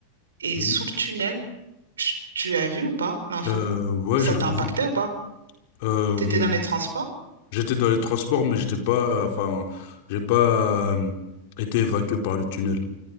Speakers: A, on the right; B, on the left.
A: Et
B: mhm.
A: sous le tunnel, tu, tu as vu ou pas l'info?
B: Euh, ouais,
A: Ça
B: j'avais
A: t'a impacté
B: vu.
A: ou pas?
B: Euh,
A: T'étais
B: mhm.
A: dans les transports?
B: j'étais dans les transports, mais j'étais pas, enfin, j'ai pas euh, été évacué par le tunnel.